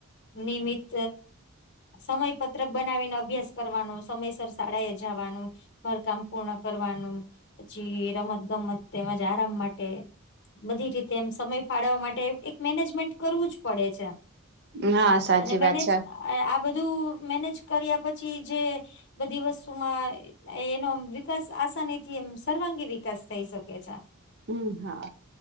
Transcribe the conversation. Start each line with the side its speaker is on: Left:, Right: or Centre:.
Left: નિમિત્ સમય પત્રક બનાવીને અભ્યાસ કરવાનો સમયસર શાળા એ જવાનું ઘર કામ પૂર્ણ કરવાનું પછી રમત ગમત તેમજ આરામ માટે બધી રીતે એમ સમય ફાળવવા માટે એક મેનેજમેન્ટ કરવું જ પડે છે.
Right: હા સાચી
Left: અને
Right: વાત
Left: મેનેજ
Right: છે
Left: આ બધું મેનેજ કર્યા પછી જે બધી વસ્તુ માં એનોમ વિકાસ આસાનીથી એમ સર્વાંગી વિકાસ થઈ શકે છે.
Right: હમ હા